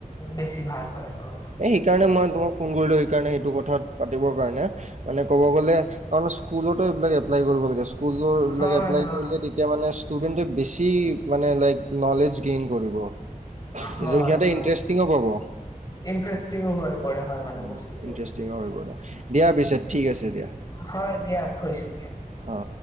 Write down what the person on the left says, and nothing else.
বেছি ভাল হয় অ
হয়
হয়
হয় হয়
ইণ্টাৰেষ্টিঙো হৈ পৰে হয় মানে বস্তুটো
হয় দিয়া থৈছোঁ দিয়া